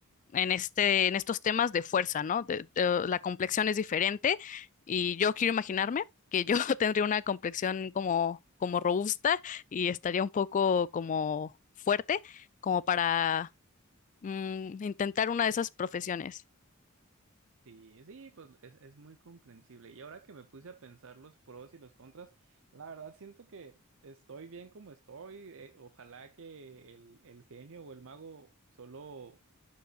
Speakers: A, on the left; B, on the right.
A: en este, en estos temas de fuerza, ¿no? De- de- la complexión es diferente y yo quiero imaginarme que yo <laughs> tendría una complexión como, como robusta y estaría un poco como fuerte, como para mm, intentar una de esas profesiones.
B: Sí, sí, pues es, es muy comprensible. Y ahora que me puse a pensar los pros y los contras, la verdad siento que estoy bien como estoy. Eh, ojalá que el, el genio o el mago solo,